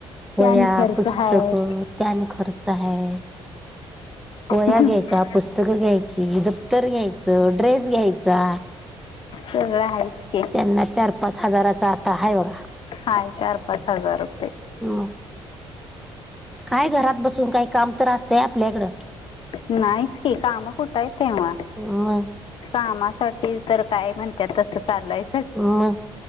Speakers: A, in the centre; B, on the left.
A: वह्या,
B: ते आणि खर्च
A: पुस्तकं
B: हाय
A: ते आणि खर्च हाय.
B: हम्म
A: व्ह्या घायच्या, पुस्तकं घ्यायची, दप्तर घ्यायच, ड्रेस घ्यायचा.
B: सगळं आहेच की.
A: त्यांना चार-पाच हजाराचा आता आहे बघा.
B: हाय, चार पाच हजार रुपये.
A: म काय घरात बसून काय काम तर असतंय आपल्याकडं.
B: नाहीच की. काम कुठं आहेत तेव्हा?
A: मग
B: कामासाठी तर काय म्हणतात तसं चाललय.
A: अं.